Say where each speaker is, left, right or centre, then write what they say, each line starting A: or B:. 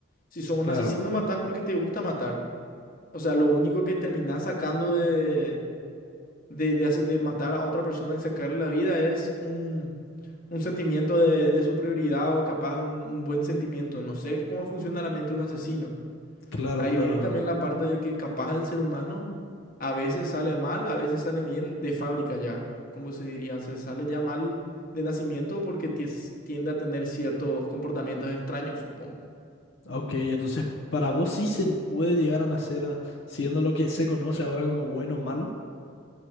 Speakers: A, on the left; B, on the left.
A: Si sos un
B: Claro,
A: asesino, matás porque te gusta matar. O sea, lo único que terminás sacando de, de, de, hace- de matar a otra persona y sacarle la vida es un, un sentimiento de, de superioridad o capaz un, un buen sentimiento. No sé cómo funciona la mente de un asesino.
B: claro,
A: Ahí
B: claro.
A: viene también la parte de que capaz el ser humano a veces sale mal, a veces sale bien de fábrica ya, como se diría, se sale ya mal de nacimiento porque ties- tiende a tener ciertos comportamientos extraños, supongo.
B: Ok, entonces para vos sí se puede llegar a nacer ah, siendo lo que se conoce ahora como bueno o malo.